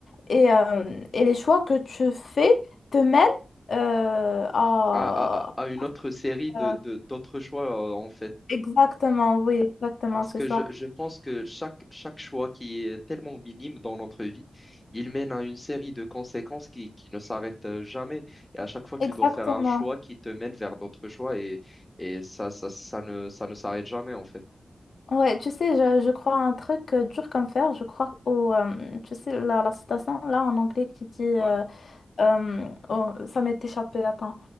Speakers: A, on the left; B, on the left.
A: et, euh, et les choix que tu fais te mènent euh, à...
B: à, à- à une autre série de,
A: à-
B: de- d'autres choix, euh, en fait.
A: Exactement, oui, exactement,
B: Parce
A: c'est
B: que
A: ça.
B: je, je pense que chaque, chaque choix qui est tellement minime dans notre vie, il mène à une série de conséquences qui, qui ne s'arrêtent euh, jamais. Et à chaque fois, tu
A: Exactement.
B: dois faire un choix qui te mène vers d'autres choix et, et ça, ça, ça ne, ça ne s'arrête jamais, en fait.
A: Ouais, tu sais, je, je crois à un truc euh, dur comme fer, je crois au, euh, tu sais, la, la citation là en anglais qui dit... euh,
B: Ouais,
A: Euh, oh, ça m'est échappé, attends.